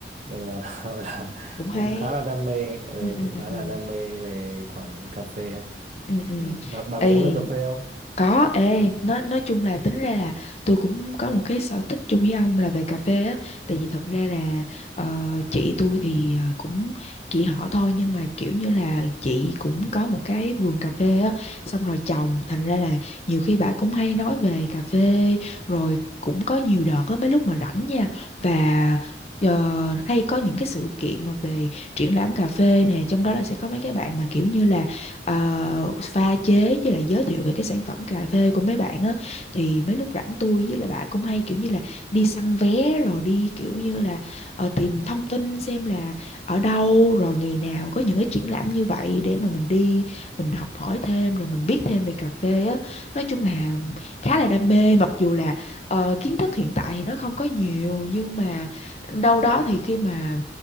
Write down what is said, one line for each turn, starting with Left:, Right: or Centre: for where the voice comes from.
Right: nên là <laughs> gọi là
Left: cũng hay.
Right: cũng khá là đam mê ừ,
Left: Ừ, ừ,
Right: cũng
Left: ừ,
Right: khá
Left: ừ,
Right: là đam mê về <laughs> khoản cà phê ấy.
Left: ừ, ừ.
Right: Ừ. Bà, bà
Left: Ê,
Right: có uống được cà phê không
Left: Có, ê, nói nói chung là tính ra là tôi cũng có một cái sở thích chung với ông là về cà phê á, tại vì thật ra là ờ, chị tôi thì ờ, cũng chị họ thôi nhưng mà kiểu như là chị cũng có một cái vườn cà phê á, xong rồi trồng thành ra là nhiều khi bà cũng hay nói về cà phê rồi cũng có nhiều đợt á mấy lúc mà rảnh nha và ờ, hay có những cái sự kiện mà về triển lãm cà phê nè, trong đó là sẽ có mấy cái bạn mà kiểu như là ờ, pha chế với lại giới thiệu về cái sản phẩm cà phê của mấy bạn á thì mấy lúc rảnh tôi với lại bà cũng hay kiểu như là đi săn vé rồi đi kiểu như là ờ, tìm thông tin xem là ở đâu rồi ngày nào có những cái triển lãm như vậy để mà mình đi mình học hỏi thêm rồi mình biết thêm về cà phê á nói chung là khá là đam mê mặc dù là ờ, kiến thức hiện tại thì nó không có nhiều nhưng mà đâu đó thì khi mà